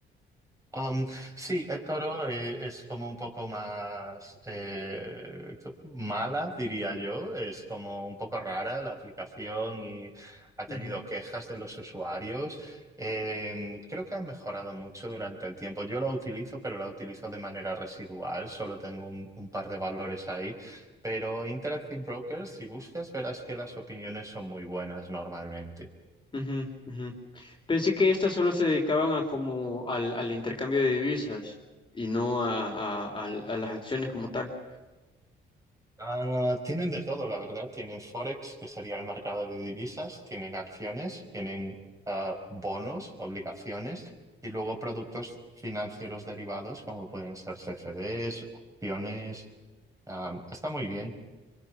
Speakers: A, on the right (about 15°); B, on the left (about 25°).
A: Um, sí, Toro es como un poco más eh, co- mala, diría yo. Es como un poco rara la aplicación y ha tenido
B: Ujú,
A: quejas de los usuarios. Eh, creo que ha mejorado mucho durante el tiempo. Yo la utilizo, pero la utilizo de manera residual. Solo tengo un, un par de valores ahí. Pero Interactive Brokers, si buscas, verás que las opiniones son muy buenas normalmente.
B: ujú, ujú. Pensé que estas solo se dedicaban a como al, al intercambio de divisas y no a, a- al- a las acciones como tal.
A: Ah, tienen de todo, la verdad. Tienen Forex, que sería el mercado de divisas, tienen acciones, tienen ah, bonos, obligaciones y luego productos financieros derivados como pueden ser CFDs, opciones. Ah, está muy bien.